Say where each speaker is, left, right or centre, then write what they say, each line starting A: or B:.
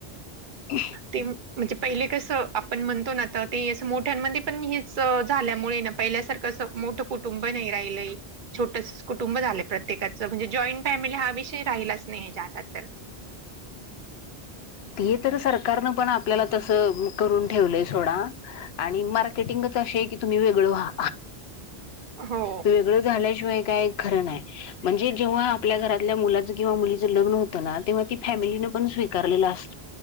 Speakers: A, on the left (about 80°); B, on the right (about 55°).
A: अ
B: ते म्हणजे पहिले कसं आपण म्हणतो ना आ ते अस मो मोठ्यांमध्ये पण हीच झाल्यामुळे ना पहिल्यासारखं मोठं कुटुंब नाही राहिलय छोट कुटुंब झाले प्रत्येकाच म्हणजे जॉईंट फॅमिली हा विषय राहिलाच नाही ज आता तर <inaudible>
A: ते तर सरकारन पण आपल्याला त करून ठेवलंय सोड आणि मार्केटिंग असं झालं काय तुम्ही वेगळं व्हा
B: हो
A: वेगळं झालं म्हणल आपलं काही खरं नाही म्हणजे जेव्हा आपल्या घरातील मुलांचं किंवा मुलीचं लग्न होतना तेव्हा ती फॅमिली नको ण स्वीकार अस